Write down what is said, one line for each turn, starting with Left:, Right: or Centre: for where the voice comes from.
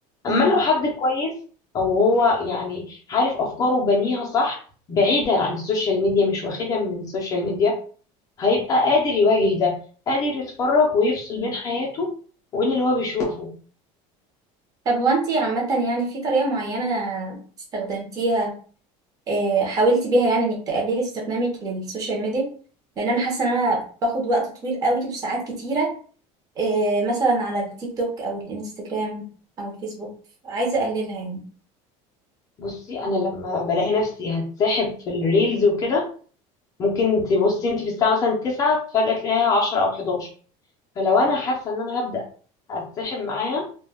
Left: اما
Right: مم.
Left: لو حد كويس وهو يعني عارف افكاره وبنيها صح بعيدا عن السوشيال ميديا مش واخدها من السوشيال ميديا هيبقى قادر يواجه ده قادر يتفرج ويفصل بين حياته وبين اللي هو بيشوفه
Right: طب هو انتي عامة يعني في طريقة معينة استخدمتيها آه، حاولتي بيها يعني انك تقللي استخدامك للسوشيال ميديا لان انا حاسة ان انا باخد وقت طويل قوي وساعات كتيرة آه، مثلا على التيك توك او الانستجرام او الفيسبوك عايزة اقللها يعني
Left: بصي انا لما بلاقي نفسي هتسحب في الريلز وكده ممكن تبصي انت في الساعه مثلا 9 فجاه تلاقيها 10 او 11 فلو انا حاسه ان انا هبدا هتسحب معاها